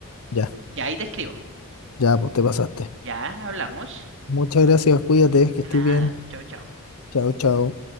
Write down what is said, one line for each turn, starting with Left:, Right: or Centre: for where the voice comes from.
Left: Ya,
Right: ya ahí te escribo.
Left: ya, pues te pasaste.
Right: Ya, hablamos.
Left: Muchas gracias, cuídate, que estés
Right: nada.
Left: bien.
Right: Chao, chao.
Left: Chao, chao.